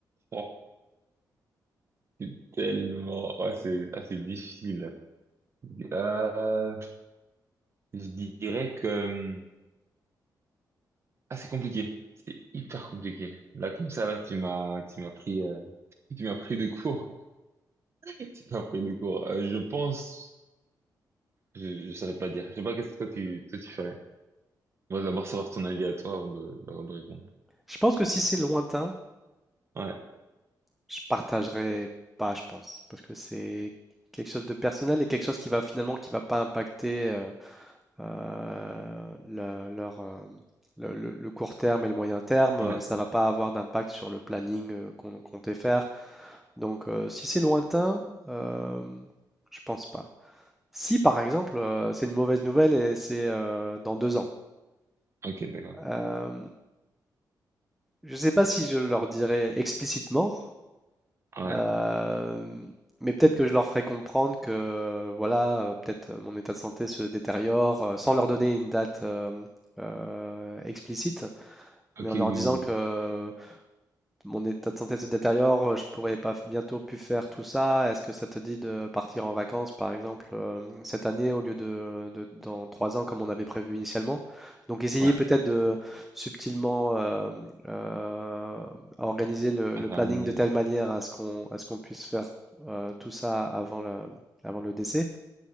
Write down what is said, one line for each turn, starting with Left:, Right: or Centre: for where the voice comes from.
Right: Oh, c'est tellement, ah, c'est, ah, c'est difficile. Ah, je dirais que, hum, Ah, c'est compliqué. C'est hyper compliqué. Là, comme ça, là, tu m'as, tu m'as pris, euh, tu m'as pris de court. <laughs> Tu m'as pris de court. Euh, je pense, je, je saurais pas dire. Je sais pas qu'est-ce que toi tu, toi tu ferais. On va d'abord savoir ton avis à toi avant de, avant de répondre.
Centre: Je pense que si c'est lointain,
Right: Ouais,
Centre: je partagerai pas, je pense, parce que c'est quelque chose de personnel et quelque chose qui va finalement qui va pas impacter euh, euh, la- leur, euh, le, le- le court terme et le moyen terme. euh,
Right: ouais.
Centre: Ça va pas avoir d'impact sur le planning euh, qu'on comptait faire. Donc, euh, si c'est lointain, euh, je pense pas. Si par exemple euh, c'est une mauvaise nouvelle et c'est euh, dans deux ans,
Right: Ok, d'accord.
Centre: euh, je ne sais pas si je leur dirais explicitement.
Right: Ouais.
Centre: Euh, mais peut-être que je leur ferai comprendre que euh, voilà, euh, peut-être euh, mon état de santé se détériore euh, sans leur donner une date euh, euh, explicite, mais
Right: Ok,
Centre: en leur
Right: oui, oui.
Centre: disant que euh, mon état de santé se détériore, euh, je pourrais pas f- bientôt plus faire tout ça. Est-ce que ça te dit de partir en vacances, par exemple, euh, cette année au lieu de, de- dans trois ans comme on avait prévu initialement? Donc essayer
Right: oui. Ouais.
Centre: peut-être de subtilement euh, euh, organiser le,
Right: À
Centre: le
Right: ramener,
Centre: planning de
Right: euh,
Centre: telle manière à ce qu'on à ce qu'on puisse faire euh, tout ça avant le, avant le décès.